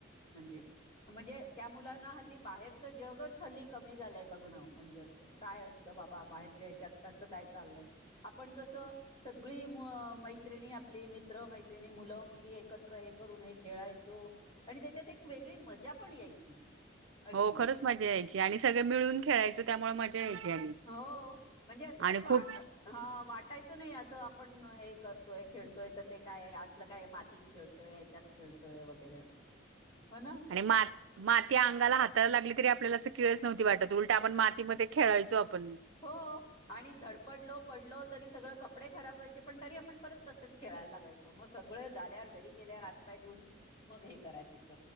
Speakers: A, on the left; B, on the right.
A: म्हणजे म्हणजे त्या मुलांना हल्ली बाहेरचं जगच हल्ली कमी झालंय बघणं. म्हणजे असं काय असतं बाबा बाहेरच्या ह्याच्यात कसं काय चाललंय आपण कसं सगळी म -मैत्रिणी आपली मित्र मैत्रिणी मुलं मुली एकत्र हे करून हे खेळायचो. आणि त्याच्यात एक वेगळी मज्जा पण यायची. अशी
B: हो खरंच मज्जा यायची आणि सगळे मिळून खेळायचो त्यामुळे मज्जा यायची आणि.
A: हो म्हणजे असं काही
B: आणि
A: वा
B: खूप
A: हा वाटायचं नाही असं आपण हे करतोय खेळतोय तर ते काय असलं काय मातीत खेळतोय ह्याच्यात खेळतोय वगैरे असं हो ना.
B: मा माती अंगाला हातायला लागली तरी आपल्याला असं किळस नव्हती वाटत उलट आपण मातीमध्ये खेळायचो आपण.
A: हो. आणि धडपडलो पडलो तरी सगळं कपडे खराब व्हायचे पण तरी आपण परत तसेच खेळायला लागायच. मग सगळं झाल्यावर घरी गेल्यावर हात, पाय धुऊन मग हे करायच.